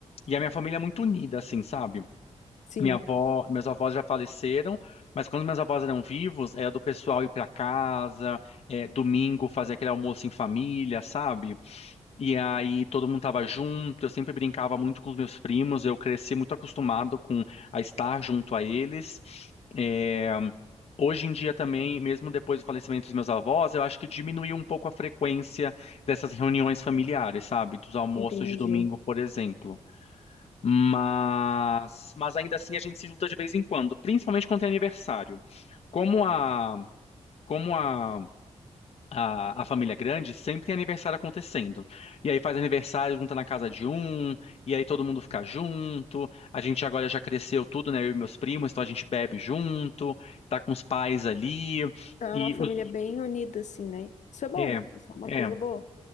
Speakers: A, on the left; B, on the left.
A: e a minha família é muito unida, assim, sabe?
B: Sim,
A: Minha avó, meus avós já faleceram, mas quando meus avós eram vivos, era do pessoal ir para casa, é, domingo fazer aquele almoço em família, sabe? E aí todo mundo tava junto, eu sempre brincava muito com os meus primos, eu cresci muito acostumado com a estar junto a eles. É, Hoje em dia também, mesmo depois do falecimento dos meus avós, eu acho que diminuiu um pouco a frequência dessas reuniões familiares, sabe? Dos almoços
B: entendi.
A: de domingo, por exemplo. Mas, mas ainda assim a gente se junta de vez em quando, principalmente quando tem aniversário. Como a, como a, a, a família é grande, sempre tem aniversário acontecendo. E aí faz aniversário, junta na casa de um, e aí todo mundo fica junto. A gente agora já cresceu tudo, né? Eu e meus primos, então a gente bebe junto, tá com os pais ali.
B: É
A: E
B: uma família
A: os,
B: bem unida, assim, né? Isso é bom,
A: é,
B: isso é uma
A: é.
B: coisa boa.